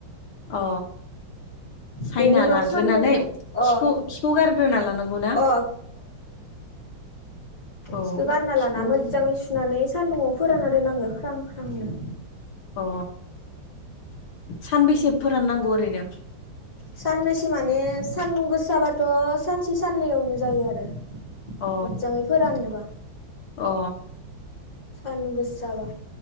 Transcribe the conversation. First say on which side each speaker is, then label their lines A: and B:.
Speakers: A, on the left; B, on the left.
A: अ। सायना
B: बेनि उनाव
A: लाग्रोनानै
B: सान्दुङाव अ
A: खिखौ खिखौ गारग्रोना लानांगौ ना।
B: अ
A: औ
B: बिखौ गारना
A: खिखौ
B: लाना मोजाङै सुनानै सान्दुङाव फोरानना दोननांगो ख्रां ख्रांनो।
A: अ सानबेसे फोराननांगौ ओरैनो
B: सानबेसे माने सानदुं गोस जाबाथ सानसे साननैयावनो जायो आरो मोजाङै
A: अ
B: फोराननोबा
A: अ
B: सानदुं गोसाबा